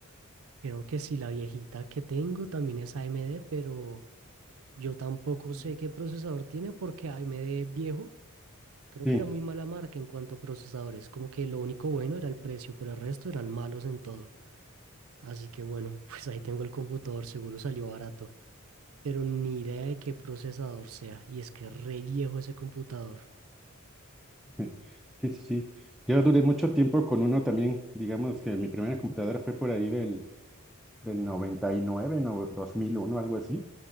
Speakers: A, on the right (about 65°); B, in the centre.
A: Creo que sí, la viejita que tengo también es AMD, pero... Yo tampoco
B: Sí,
A: sé qué procesador tiene porque AMD viejo, creo
B: <laughs>
A: que era muy mala marca en cuanto a procesadores, como que lo único bueno era el precio, pero el resto eran malos en todo. Así que bueno, <laughs> pues ahí tengo el computador, seguro salió barato, pero ni idea de qué procesador sea, y es que es re viejo ese computador.
B: sí, sí, sí. Yo duré mucho tiempo con uno también, digamos que mi primera computadora fue por ahí del, del 99 no, 2001 algo así,